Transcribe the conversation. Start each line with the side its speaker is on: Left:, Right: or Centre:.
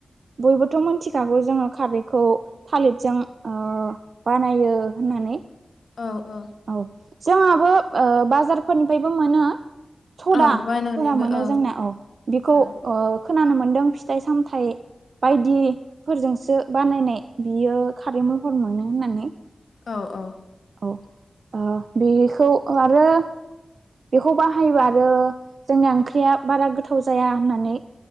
Right: बयबोथ' मिनथिखागौ जोङो खारैखौ थालिरजों ओ बानायो होननानै
Left: औ औ
Right: औ जोंहाबो ओ बाजारफोरनिफ्रायबो मोनो सदा
Left: औ बायनानैबो
Right: सदा मोनो
Left: ओ
Right: जोंना औ बेखौ
Left: ओ
Right: खोनानो मोनदों फिथाइ सामथाइ बायदिफोरजोंसो बानायनाय बियो खारै महर मोनो होननानै
Left: औ-औ
Right: औ ओ बेखौ आरो बेखौ बाहायोबा आरो जोंनि ओंख्रिया बारा गोथाव जाया होननानै